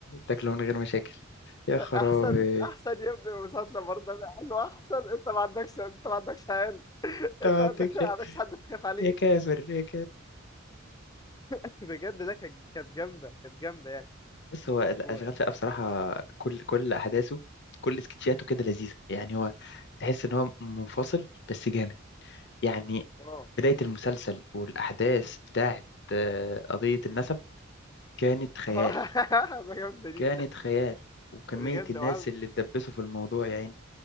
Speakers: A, on the left; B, on the left.
A: تاكله من غير مشاكل يا خرابي
B: احسن احسن
A: <laughs>
B: يا ابني المسلسل برضه أنا- قال له احسن انت ما عندكش انت ما عندكش عيال <laughs>
A: انت
B: انت
A: ما
B: ما
A: عندكش
B: عندك- ما عندكش حد تخاف عليه
A: يا كافر يا
B: <laughs> بجد لا كانت كانت جامده كانت جامده يعني
A: بص هو الأشغال
B: و...
A: شقة بصراحة كل كل أحداثه كل سكتشاته كده لذيذة يعني هو تحس إن هو منفصل بس جامد يعني
B: اه
A: بداية المسلسل والأحداث بتاعت آه، قضية النسب كانت خيال
B: <laughs> ده جامده دي
A: كانت خيال وكمية
B: دي جامده
A: الناس
B: وعايز
A: اللي اتدبسوا في الموضوع يعني